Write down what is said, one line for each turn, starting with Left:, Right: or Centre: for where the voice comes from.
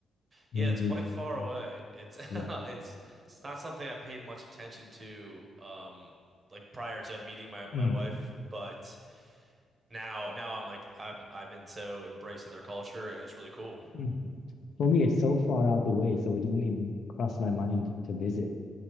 Left: Maybe.
Right: Yeah, it's quite far away. It's <laughs>
Left: Yeah.
Right: it's it's not something I paid much attention to um like prior to meeting my my
Left: Mm.
Right: wife, but now now I'm like I'm I've been so embracing their culture and it's really cool.
Left: Mm. For me, it's so far out the way, so it doesn't even cross my mind to visit